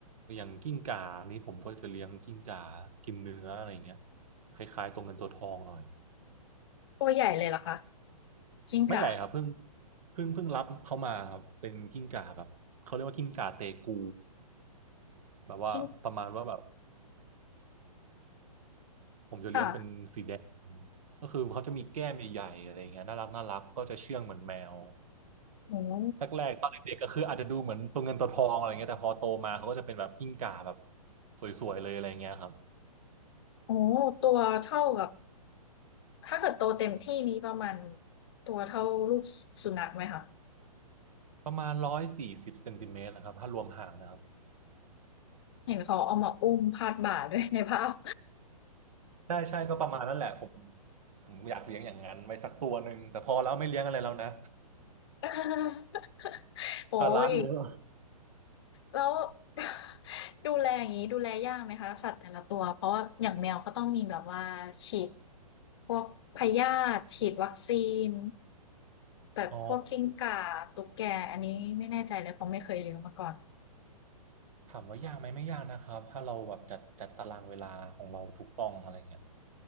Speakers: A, on the right; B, on the left.
A: อย่างกิ้งก่านี่ผมก็จะเลี้ยงกิ้งก่ากินเนื้ออะไรอย่างเงี้ยคล้ายๆตัวเงินตัวทองหน่อย
B: ตัวใหญ่เลยเหรอคะ กิ้งก่า
A: ไม่ใหญ่ครับเพิ่งเพิ่งเพิ่งรับเขามาครับเป็นกิ้งก่าแบบเขาเรียกว่ากิ้งก่าเตกูแบบว่าประมาณว่าแบบ
B: กิ้ง
A: ผมจะเลี้ยงเป็นสีแดง
B: ค่ะ
A: ก็คือเขาจะมีแก้มใหญ่ๆอะไรอย่างเงี้ยน่ารักน่ารักก็จะเชื่องเหมือนแมว
B: โอ้โห
A: แรกๆตอนเด็กๆก็คืออาจจะดูเหมือนตัวเงินตัวทองอะไรเงี้ยแต่พอโตมาเขาก็จะเป็นแบบกิ้งก่าแบบสวยๆเลยอะไรเงี้ยครับ
B: โอ้โหตัวเท่ากับถ้าเกิดโตเต็มที่นี้ประมาณตัวเท่าลูกสุนัขไหมคะ
A: ประมาณร้อยสี่สิบเซนติเมตรนะครับถ้ารวมหางนะครับ
B: เห็นเขาเอามาอุ้มพาดบ่าด้วยในภาพ
A: ใช่ใช่ก็ประมาณนั้นแหละผมผมอยากเลี้ยงอย่างนั้นไว้สักตัวหนึ่งแต่พอแล้วไม่เลี้ยงอะไรแล้วนะ
B: <laughs>
A: <laughs>
B: โอ้ย
A: ภาระเยอะ
B: แล้ว <laughs> ดูแลอย่างนี้ดูแลยากไหมคะสัตว์แต่ละตัวเพราะว่าอย่างแมวก็ต้องมีแบบว่าฉีดพวกพยาธิฉีดวัคซีนแต่พวกกิ้งก่าตุ๊กแกอันนี้ไม่แน่ใจเลยเพราะไม่เคยเลี้ยงมาก่อน
A: อ๋อ ถามว่ายากไหมไม่ยากนะครับถ้าเราแบบจัดจัดตารางเวลาของเราถูกต้องอะไรเงี้ย